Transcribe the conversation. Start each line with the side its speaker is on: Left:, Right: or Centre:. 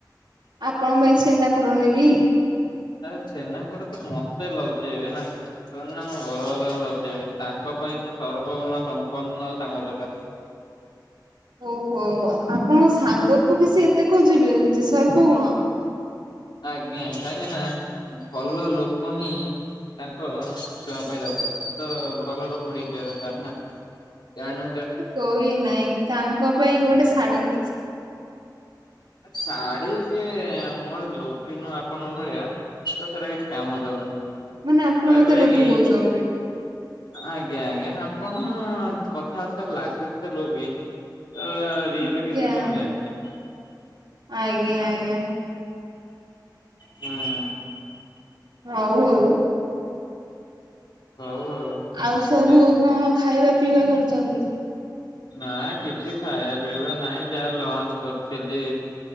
Right: ଆପଣଙ୍କ ପାଇଁ ଛେନାପୋଡ଼ ନେବି।
Left: ଆ ଛେନାପଡା ତ ମତେ ଲଚେଇବେ ନା ଶଣ ନା ମୁଁ ଘର ବାଲା ଲଚେଇବି ତାଙ୍କ ପାଇଁ ତ ସର୍ବଗୁଣ ସମ୍ପନ୍ନ ସାଙ୍ଗ ଦରକାର।
Right: ଓ ହୋ ଆପଣଙ୍କ ସାଙ୍ଗକୁ ବି ସେ ଏତେ ଖୋଜିବେ ଯେ ସର୍ବଗୁଣ।
Left: ଆଜ୍ଞା କାହିଁକ ନା ଭଲ ଲୋକ ହିଁ ତାଙ୍କ ଛୁଆ ପାଇଁ ଦରକାର। ତ ଭଲ ଲୋକ ହେଇଥିବା ଦରକାର ନା। କାଣୁ
Right: କ ନାଇଁ ତାଙ୍କ ପାଇଁ ଗୋଟେ ଶାଢୀ ନେଇଛି
Left: ଶାଢୀ ସି ମୋ ଲୋଭି ନୁହଁ ଆପଣଙ୍କ ଭଳିଆ ତ ସେଟା କିଛି କାମ ଦବନି
Right: ମାନେ ଆପଣ
Left: ଦୟାକରି
Right: ମତେ ଲୋଭିି
Left: କି
Right: କହୁଛନ୍ତି।
Left: ଆଜ୍ଞା ଆଜ୍ଞା ଆପଣ କଥାବାର୍ତ୍ତା ଲାଗୁଛି ତ ଲୋଭୀ ତ ରିୟଲ
Right: ଆଜ୍ଞା
Left: କେମିତି ହେଇଥିବା ମୁଁ ଜାଣିନି
Right: ଆଜ୍ଞା ଆଜ୍ଞା
Left: ହୁଁ ହୁଁ
Right: ହଉ ଆଉ
Left: ହଉ ଆଉ
Right: ଆଉ ସବୁ
Left: ଦେ
Right: କଣ ଖାଇବା ପିଇବା କରୁଛନ୍ତି।
Left: ନା କିଛି ଖାଇବା ପିଇବା ନାହିଁ ଯାହା ଲଞ୍ଚ କରିଥିଲି।